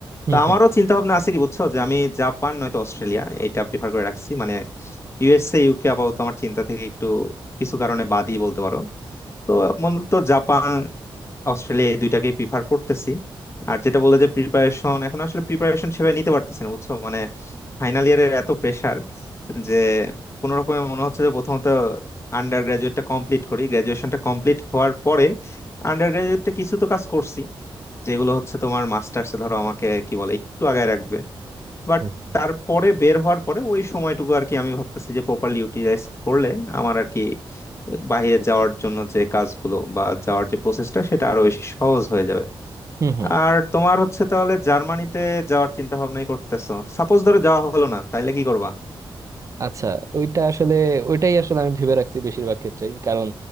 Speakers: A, on the right (about 35°); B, on the left (about 30°).
A: হুম
B: তো আমারও
A: হুম
B: চিন্তা ভাবনা আছে কি বুঝছো যে আমি জাপান নয়তো অস্ট্রেলিয়া এটা প্রিফার করে রাখছি মানে ইউএসএ ইউকে আপাতত আমার চিন্তা থেকে একটু কিছু কারণে বাদই বলতে পারো তো মূলত জাপান অস্ট্রেলিয়া এই দুইটাকে প্রিফার করতেছি আর যেটা বলে যে প্রিপারেশন এখন আসলে প্রিপারেশন সেভাবে নিতে পারতেছি না বুঝছো মানে ফাইনাল ইয়ারের এত প্রেসার যে কোনো রকমে মনে হচ্ছে যে প্রথমত আন্ডার গ্রাজুয়েটটা কমপ্লিট করি গ্রাজুয়েশনটা কমপ্লিট হওয়ার পরে আন্ডার গ্রাজুয়েটটা কিছু তো কাজ করছি যেগুলো হচ্ছে তোমার মাস্টার্সে ধরো আমাকে কি বলে একটু আগায় রাখবে বাট
A: হুম হুম
B: তারপরে বের হওয়ার পরে ওই সময়টুকু আর কি আমি ভাবতেছি যে প্রপারলি ইউটিলাইজ করলে আমার আর কি বাইরে যাওয়ার জন্য যে কাজগুলো বা যাওয়ার যে প্রসেসটা সেটা আরো বেশি সহজ হয়ে যাবে
A: হুম হুম
B: আর তোমার হচ্ছে তাহলে জার্মানিতে যাওয়ার চিন্তা ভাবনাই করতেছো সাপোজ ধরো যাওয়া হলো না তাইলে কি করবা
A: আচ্ছা ওইটা আসলে ওইটাই আসলে আমি ভেবে রাখছি বেশিরভাগ ক্ষেত্রেই কারণ